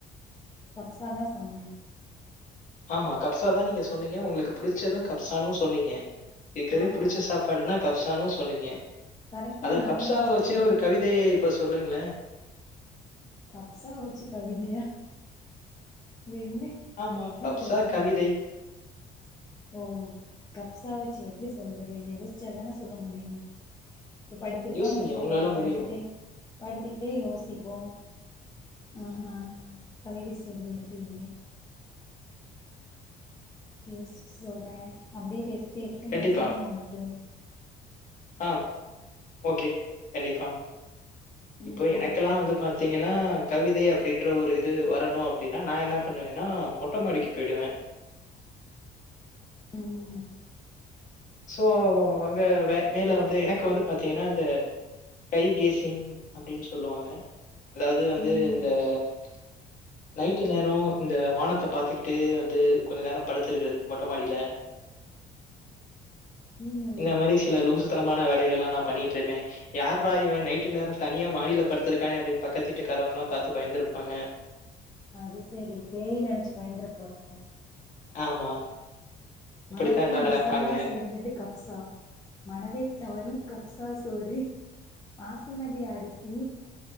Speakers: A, on the left; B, on the left.
A: கப்சாதா சொன்ன
B: ஆமா கப்ஸாதா நீங்க சொன்னீங்க உங்களுக்கு புடுச்சதும் கப்ஸானும் சொன்னீங்க இருக்கிறதே
A: ஆமா
B: புடுச்ச சாப்பாடுன்னா கப்ஸானும் சொன்னீங்க
A: கரெக்டா
B: அதா
A: ஞாபகம்
B: கப்ஸாவ
A: வச்சிருக்கீங்க
B: வச்சே ஒரு கவிதைய இப்ப சொல்லுங்களே
A: கப்சா வச்சு கவிதையா என்ன
B: ஆமா,
A: எப்டி
B: கப்ஸா
A: சொல்றது
B: கவிதை.
A: ஓ கப்சா வச்சு எப்படி சொல்றது யோசிச்சாதான சொல்ல முடியும் இப்ப படுத்திருக்கோம்ன்னு
B: யோசிங்க
A: வச்சுக்கோங்களே
B: உங்களால
A: படுத்துட்டே
B: முடியும்.
A: படுத்துக்கிட்டே யோசிப்போம் ஆஹ கவிதை சொல்றது எப்டினு யோசிச்சு சொல்றே அப்டியே பேசிட்டே இருப்போ
B: கண்டிப்பா.
A: யோசனையும் ஓடட்டும்
B: ஆ ஓகே கண்டிப்பா
A: ம்
B: இப்போ எனக்கெல்லா வந்து பாத்தா பாத்தீங்கன கவிதை அப்டின்ற ஒரு இது வரனும் அப்டின்னா நா என்ன பண்ணுவேன்னா மொட்ட மாடிக்கு போயிடுவே <inaudible>
A: ம்
B: சோ அங்க வே மேல வந்து எனக்கு வந்து பாத்தீங்கன்னா இந்த ஸ்கை கேஸிங் அப்டின் சொல்லுவாங்க அதாவது வந்து
A: ம்
B: இந்த <inaudible> நைட்டு நேரம் இந்த வானத்த பாத்துக்கிட்டு வந்து கொஞ்சொ நேரம் படுத்து இருக்றது மொட்ட மாடில <inaudible>
A: ம்
B: இந்த மாரி சில லூஸ் த்தனமான வேலைகலெல்லாம் பண்ணிட்டு இருப்ப யார்ரா இவ நைட்டு நேரம் தனியா மாடியில படுத்திருக்கானே பக்கத்து வீட்டு க்காறவங்கல்லா பார்த்து பயந்திருப்பாங்க
A: அது சேரி பேயுன்னு நெனச்சு பயந்துர போறாங்க
B: ஆமா அப்படித்தான்
A: மணக்கும்
B: எல்லாரும்
A: மசாலா
B: நெனைப்பாங்க.
A: சேர்ந்தது கப்சா மனதை கவரும் கப்சா தோழி பாசுமதி அரிசி